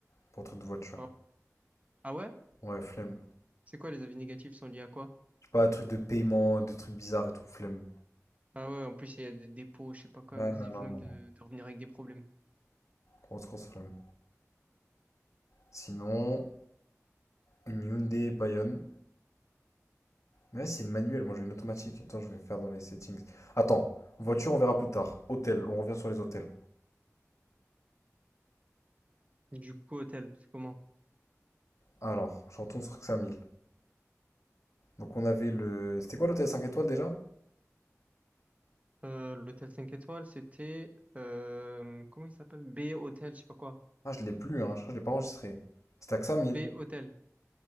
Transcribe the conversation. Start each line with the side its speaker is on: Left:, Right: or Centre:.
Left: pour trucs de voiture.
Right: Ah ah ouais?
Left: Ouais, flemme.
Right: C'est quoi les avis négatifs sont liés à quoi?
Left: Je sais pas, trucs de paiement, des trucs bizarres et tout, flemme.
Right: Ah ouais, en plus, il y a des dépôts, je sais pas quoi,
Left: Ouais,
Right: vas-y,
Left: non, non,
Right: flemme
Left: non.
Right: de, de revenir avec des problèmes.
Left: Grosse, grosse flemme. Sinon, une Hyundai Payon. Mais c'est une manuelle, moi j'ai une automatique. Attends, je vais faire dans les settings. Attends, voiture, on verra plus tard. Hôtel, on revient sur les hôtels.
Right: Du coup, hôtel, c'est comment?
Left: Alors, je retourne sur 5000. Donc on avait le... C'était quoi l'hôtel 5 étoiles déjà?
Right: Euh, l'hôtel 5 étoiles, c'était, euh, comment il s'appelle? B Hôtel, je sais pas quoi.
Left: Ah, je l'ai plus, hein. Je crois que je l'ai pas enregistré. C'était à 5000.
Right: B Hôtel.